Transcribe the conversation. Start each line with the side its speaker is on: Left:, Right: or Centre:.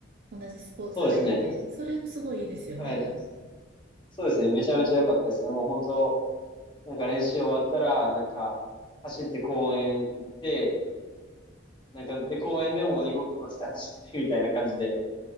Right: 同じスポーツ入れて、
Left: そうですね。
Right: それもすごいいいですよね。
Left: はい。そうですね。めちゃめちゃ良かったですね。もう本当、なんか練習終わったら、なんか、走って公園行って、なんか、で、公園でも鬼ごっこして走ってみたいな感じで、